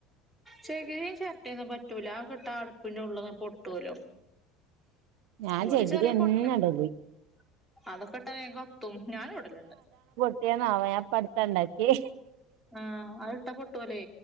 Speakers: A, in the centre; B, on the right.
A: ചെകിരി, ചിരട്ടൊന്നും പറ്റൂല അത് ഒക്കെയിട്ട അടുപ്പിന്റെ ഉള്ളും പൊട്ടുല്ലോ.
B: ഞാൻ
A: ഇവിടെ
B: ചകിരി
A: ചെറിയ
B: തന്നെ
A: പോട്ടലൊക്കെ
B: ഇടല്
A: ഉണ്ട്. അതൊക്കെ ഇട്ടാ വേഗം കത്തും ഞാനും ഇടലുണ്ട്.
B: എന്തായിനോ ആവോ ഞാനിപ്പം അടുത്താ ഉണ്ടാക്കിയെ.
A: ആഹ് അയ് ഇട്ട പൊട്ടുല്ലേ